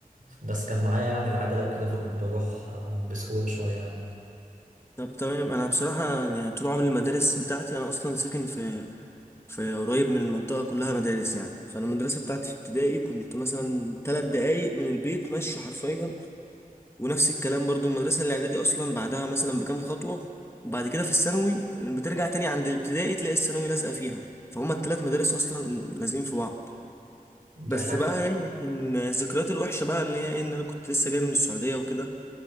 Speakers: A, on the right (about 60°); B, on the left (about 15°).
A: بس كان معايا يعني العجله وكده فكنت بروح آه، بسهوله شويه يعني
B: طب تمام انا بصراحه أنا يعني طول عمري المدارس بتاعتي انا اصلا ساكن في في قريب من المنطقه كلها مدارس يعني فانا المدرسه بتاعتي في ابتدائي كنت مثلا ثلاث دقايق من البيت ماشي حرفيا ونفس الكلام برضو المدرسه الاعدادي اصلا بعدها مثلا بكام خطوه وبعد كده في الثانوي بترجع تاني عند الابتدائي تلاقي الثانوي لازقه فيها فهما الثلاث مدارس اصلا لازقين في بعض بس
A: دي حاجه
B: بقى يعني كان ذكريات الوحشه بقى اللي هي إيه، ان انا كنت لسه جاي من السعوديه وكده